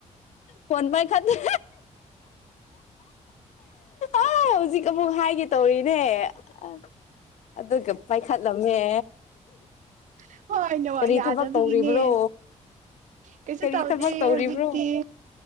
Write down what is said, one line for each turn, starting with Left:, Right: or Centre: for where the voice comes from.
Left: ꯐꯣꯟ ꯄꯥꯏꯈꯠꯇ꯭ꯔꯦ ꯑꯥ ꯍꯧꯖꯤꯛ ꯑꯃꯨꯛ ꯍꯥꯏꯒꯦ ꯇꯧꯔꯤꯅꯦ꯫ ꯑ ꯑꯗꯨꯒ ꯄꯥꯏꯈꯠꯂꯝꯃꯦ꯫
Right: <inaudible> <unintelligible> ꯍꯣꯏ ꯅꯣ
Left: ꯀꯔꯤ
Right: ꯌꯥꯗꯕꯤꯒꯤꯅꯦ
Left: ꯊꯕꯛ ꯇꯧꯔꯤꯕ꯭ꯔꯣ
Right: ꯀꯩꯁꯨ
Left: ꯀꯔꯤ
Right: ꯇꯧꯗꯦ
Left: ꯊꯕꯛ ꯇꯧꯔꯤꯕ꯭ꯔꯣ
Right: ꯍꯧꯖꯤꯛꯇꯤ